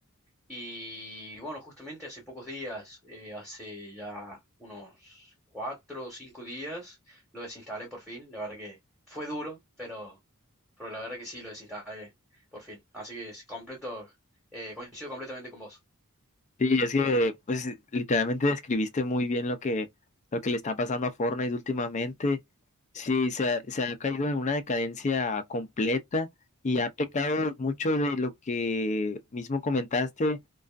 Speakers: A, in the centre; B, on the left.
A: y bueno, justamente hace pocos días, eh, hace ya unos cuatro o cinco días, lo desinstalé por fin, la verdad que fue duro, pero, pero la verdad que sí, lo desinstalé por fin, así que es completo, eh, coincido completamente con vos.
B: Sí, es que pues literalmente describiste muy bien lo que, lo que le está pasando a Fortnite últimamente. Sí, se ha, se ha caído en una decadencia completa y ha pecado mucho de lo que mismo comentaste